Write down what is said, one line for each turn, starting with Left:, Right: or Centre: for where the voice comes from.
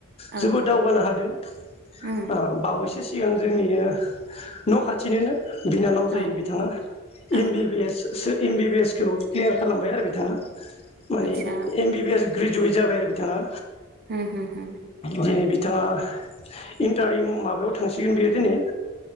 Right: औ
Left: जोबोद दावगानो हादों
Right: उम
Left: अ बावैसो सि गां जोंनिनो न' खाथिनोनो बिनानाव जायो
Right: औ
Left: बिथाङा
Right: औ
Left: M B B S M B B S खौ क्लियार खालामबाय आरो बिथाङा माने
Right: आतसा
Left: M B B S graduate जाबाय आरो बिथाङा
Right: हो हो होम
Left: दिनै बिथाङा इन्टार माबायाव थांसिगोन बियो दिनै